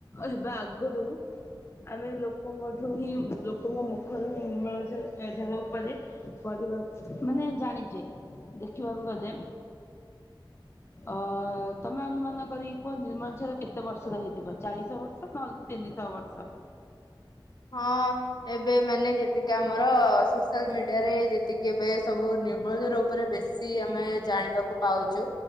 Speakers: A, on the left; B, on the left.
A: ହେବା ଆଗୁରୁ ଆମେ ଲୋକଙ୍କଠୁ ହିଁ ଲୋକଙ୍କ ମୁଖରୁ ହିଁ ନିମଳ ଆଧାର ଉପରେ ପରିବା ମାନେ ଜାଣିଚି ଦେଖିବାକୁ ଗଲେ ଅ ତମେ ଅନୁମାନ କରିକି କୁହ ନିର୍ମଳ ଝର କେତେ ବର୍ଷର ହେଇଥିବ ଚାରିଶହ ବର୍ଷ ନହଲେ ତିନିଶ ବର୍ଷ।
B: ହଁ ଏବେ ମାନେ ଯେ ଯେତିକି ଆମର ସୋସିଆଲ ମିଡିଆରେ ଯେତିକି ଏବେ ସବୁ ନିର୍ମଳ ଝର ଉପରେ ବେଶୀ ଆମେ ଜାଣିବାକୁ ପାଉଛୁ